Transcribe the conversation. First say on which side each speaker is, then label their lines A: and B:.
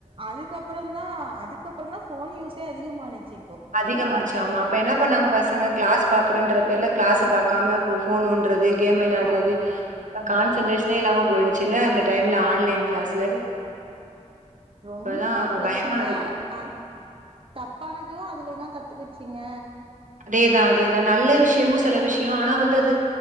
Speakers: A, on the right (about 45°); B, on the right (about 80°).
A: அதுக்கப்புறந் தா அதுக்கப்புறந் தா ஃபோன் யூஸே அதிகமானுச்சி
B: அதிகமாச்சு ஆமா அப்ப என்ன பண்ணாங்க பசங்க க்ளாஸ் பாக்குறன்ற பேர்ல க்ளாஸ பாக்காம போ ஃபோன் நோண்றது கேம் வெளாட்றது
A: ஆமா ம்
B: கான்சன்ட்ரேஷனே இல்லாம போயிடுச்சுல்ல அந்த டைம்ல ஆன்லைன்
A: ஆம்
B: கிளாஸ்ல
A: ரொம்ப
B: இப்பதான்
A: பிரச்சனையா
B: பயமா இருக்கு.
A: அ தப்பானதயு அதுலே தா கத்துக்கிச்சுங்க
B: அதேதா அதேதா நல்ல விஷயமு செல விஷயொ ஆனா வந்து அது